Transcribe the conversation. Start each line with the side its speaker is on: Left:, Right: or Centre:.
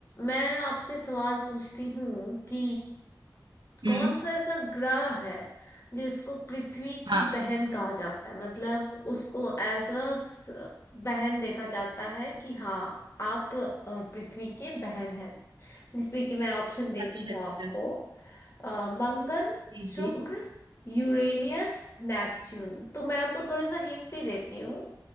Left: मैं आपसे सवाल पूछती हूँ कि कौन
Right: हम्म
Left: सा ऐसा ग्रह है जिसको पृथ्वी की
Right: हाँ
Left: बहन कहा जाता है मतलब उसको एज अ बहन देखा जाता है कि हाँ आप अ, पृथ्वी के बहन हैं जिसमें कि मैं ऑप्शन देती
Right: अच्छा
Left: हूँ
Right: अच्छा
Left: आपको अ, मंगल
Right: जी
Left: शुक्र
Right: जी
Left: यूरेनियस नेपच्यून तो मैं आपको थोड़ा सा हिंट भी देती हूँ